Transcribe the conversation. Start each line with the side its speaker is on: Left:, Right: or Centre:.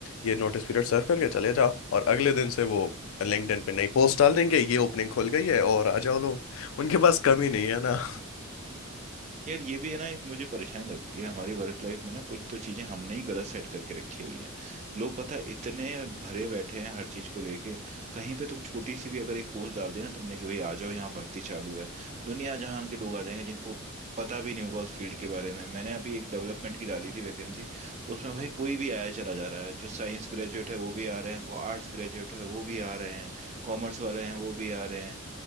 Left: ये नोटिस पीरियड सर्व करके चले जाओ और अगले दिन से वो लिंक्डइन पे नई पोस्ट डाल देंगे ये ओपनिंग खुल गई है और आ जाओ लोग उनके पास कमी नहीं है ना
Right: यार ये भी है ना एक मुझे परेशानी लगती है हमारी वर्क लाइफ में ना कुछ तो चीजें हमने ही गलत सेट करके रखी हुई हैं लोग पता है इतने भरे बैठे हैं हर चीज को लेके कहीं पे तुम छोटी सी भी अगर एक पोस्ट डाल देना तुमने कि भाई आ जाओ यहाँ भर्ती चालू है दुनिया जहान के लोग आ जाएंगे जिनको पता भी नहीं होगा उस फील्ड के बारे में मैंने अभी एक डेवलपमेंट की डाली थी वैकेंसी उसमें भाई कोई भी आया चला जा रहा है जो साइंस ग्रेजुएट है वो भी आ रहे हैं आर्ट्स ग्रेजुएट है वो भी आ रहे हैं कॉमर्स वाले हैं वो भी आ रहे हैं